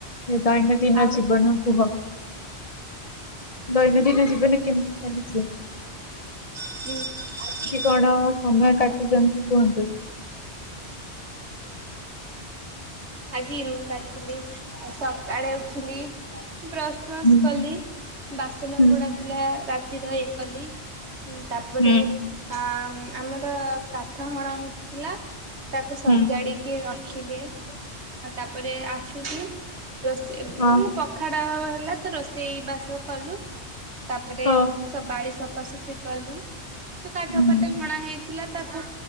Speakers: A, on the left; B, on the right.
A: ଦୈନନ୍ଦିନ
B: ଆଉ
A: ଜୀବନ କୁହ ଦୈନନ୍ଦିନ ଜୀବନ କେମିତି ଚାଲିଚି?
B: <unintelligible>
A: କଣ ସମୟ କାଟୁଚନ୍ତି କୁହନ୍ତୁ?
B: ଆଜି ମୁଁ କରିଥିଲି ସକାଳେ ଉଠିଲି ବ୍ରସ୍ ଫ୍ରସ୍
A: ହୁଁ
B: କଲି ବାସନ
A: ହୁଁ
B: ଗୁଡ଼ା ଥିଲା ରାତିର ଇଏ କଲି ତାପରେ
A: ହୁଁ
B: ଆ ଆମର କାଠ ହଣା ହଉଥିଲା ତାକୁ ସଜାଡିକି
A: ହୁଁ।
B: ରଖିଲି ଆଉ ତାପରେ ଆସିିକି ରୋଷେଇ
A: ହଁ
B: ଉଁ ପ ପଖାଡ ହେଲା ତ ରୋଷେଇ ବାସ କଲୁ ତାପରେ
A: ହଁ
B: ସବୁ ବାଡି ସଫାସଫି କଲୁ ସେ କାଠ
A: ହୁଁ
B: ଫାଠ ହଣା ହେଇଥିଲା ତାକୁ